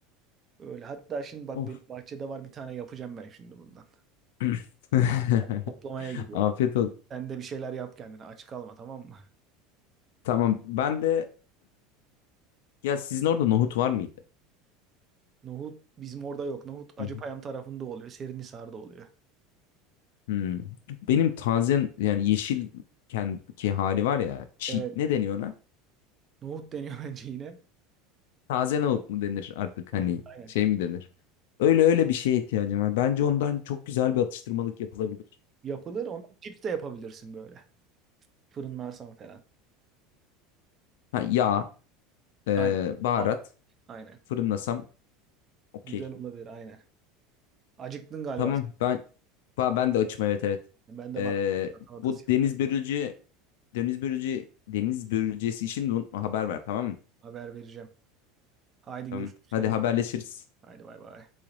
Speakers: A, on the right (about 25°); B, on the left (about 80°).
A: Öyle. Hatta şimdi bak
B: Of.
A: benim bahçede var bir tane yapacağım ben şimdi bundan.
B: <laughs>
A: Ben toplamaya gidiyorum.
B: Afiyet olsun.
A: Sen de bir şeyler yap kendine. Aç kalma tamam mı?
B: Tamam. Ben de <clears throat> ya sizin orada nohut var mıydı?
A: Nohut bizim orada yok. Nohut Acıpayam
B: Hı hı.
A: tarafında oluyor. Serinhisar'da oluyor.
B: Hmm. Benim taze yani yeşilken ki hali var ya çi
A: Evet.
B: ne deniyor ona?
A: Nohut deniyor <laughs> bence yine.
B: Taze nohut mu denir artık
A: Evet
B: hani
A: aynen.
B: şey mi denir? Öyle öyle bir şeye ihtiyacım var. Bence ondan çok güzel bir atıştırmalık yapılabilir.
A: Yapılır. Onu cips de yapabilirsin böyle. Fırınlarsan falan.
B: Ha, yağ. Ee,
A: Aynen.
B: baharat.
A: Bak. Aynen.
B: Fırınlasam okey.
A: Güzel olabilir aynen. Acıktın galiba.
B: Tamam ben Ba- ben de açım evet evet.
A: sen. Ben de
B: Ee,
A: bak salatası
B: bu
A: yapmaya
B: deniz börülce deniz börülce deniz börülcesi için de unutma haber ver tamam mı?
A: haber vereceğim. Haydi
B: Tamam.
A: görüşürüz
B: Hadi
A: kendine.
B: haberleşiriz.
A: Haydi bay bay.